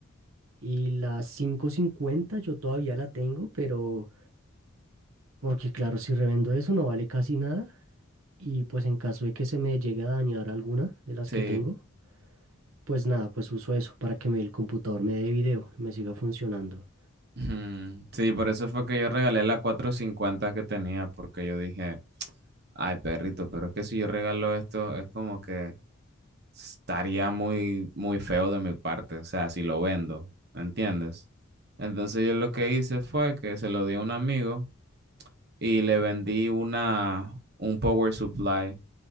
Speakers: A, on the right; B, on the right.
A: y la 550 yo todavía la tengo, pero porque claro, si revendo eso no vale casi nada y pues en caso de que se me llegue a dañar alguna de las
B: Sí.
A: que tengo, Pues nada, pues uso eso para que me, el computador me dé video y me siga funcionando.
B: Ujú. Sí, por eso fue que yo regalé la 450 que tenía, porque yo dije, ay, perrito, pero es que si yo regalo esto, es como que estaría muy, muy feo de mi parte, o sea, si lo vendo, ¿me entiendes? Entonces yo lo que hice fue que se lo di a un amigo y le vendí una, un power supply